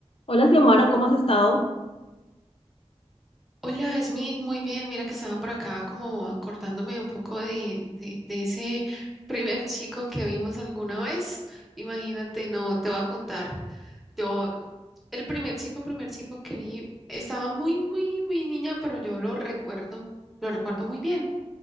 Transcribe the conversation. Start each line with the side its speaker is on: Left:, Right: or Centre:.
Left: Hola, Xiomara, ¿cómo has estado?
Centre: Hola, Smith, muy bien. Mira que estaba por acá como acordándome un poco de, de, de ese <laughs> primer chico que vimos alguna vez. Imagínate, no, te voy a contar. Yo, el primer chico, primer chico que vi, estaba muy, muy, muy niña, pero yo lo recuerdo, lo recuerdo muy bien.